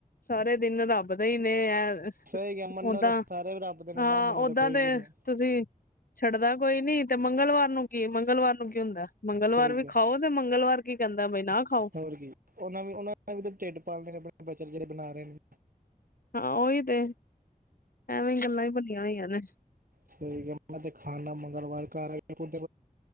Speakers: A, on the left; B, on the right.
A: ਸਾਰੇ ਦਿਨ ਰੱਬ ਦੇ ਹੀ ਨੇ ਇਹ
B: ਸਹੀ ਗਿਆ ਮੰਨੋ
A: ਓਦਾਂ,
B: ਤੇ ਸਾਰੇ ਰੱਬ ਦੇ ਨੇ
A: ਹਾਂ
B: ਨਾ ਮੰਨੋ
A: ਓਦਾਂ
B: ਤਾਂ ਕੋਈ
A: ਦੇ
B: ਵੀ ਨਹੀਂ
A: ਤੁਸੀਂ ਛੱਡਦਾ ਕੋਈ ਨੀ ਤੇ ਮੰਗਲਵਾਰ ਨੂੰ ਕੀ ਮੰਗਲਵਾਰ ਨੂੰ ਕੀ ਹੁੰਦਾ ਮੰਗਲਵਾਰ
B: ਸਹੀ
A: ਵੀ
B: ਗਿਆ
A: ਖਾਓ ਤੇ ਮੰਗਲਵਾਰ ਕੀ ਕਹਿੰਦਾ ਵੀ ਨਾ ਖਾਓ।
B: ਹੋਰ ਕੀ ਉਹਨਾਂ ਵੀ, ਉਹਨਾਂ ਨੇ ਵੀ ਢਿੱਡ ਪਾਲ ਲਣੇ ਨੇ ਆਪਣੇ ਬਨ ਜਿਹੜੇ ਬਣਾ ਰਹੇ ਨੇ।
A: ਹਾਂ ਉਹੀ ਤੇ ਐਵੇਂ ਗੱਲਾਂ ਹੀ ਭਣੀਆਂ ਹੋਈਆਂ ਨੇ।
B: ਸਹੀ ਗੱਲ ਆ ਤੇ ਖਾਣ ਨਾ ਮੰਗਲਵਾਰ ਘਰ ਆ ਕੁਛ